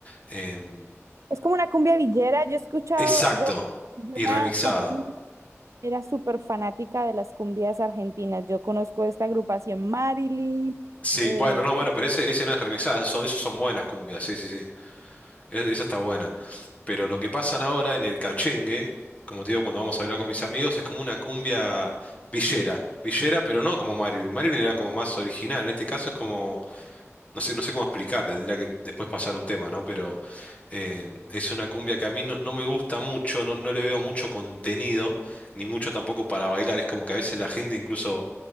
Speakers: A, on the left; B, on the right.
A: em,
B: Es como una cumbia villera, yo he escuchado,
A: exacto,
B: yo, yo
A: y
B: era
A: remixada.
B: cuando era niña, Era súper fanática de las cumbias argentinas. Yo conozco esta agrupación Marilyn.
A: Sí,
B: eh,
A: bueno, no, bueno, pero ese, ese no es remixada, son, esas son buenas cumbias, sí, sí, sí, es- esa está buena. Pero lo que pasan ahora en el cachengue, como te digo, cuando vamos a hablar con mis amigos, es como una cumbia villera. Villera, pero no como Marilyn. Marilyn era como más original. En este caso es como, no sé, no sé cómo explicarte, tendría que después pasar un tema, ¿no? Pero eh, es una cumbia que a mí no, no me gusta mucho, no, no le veo mucho contenido, ni mucho tampoco para bailar. Es como que a veces la gente incluso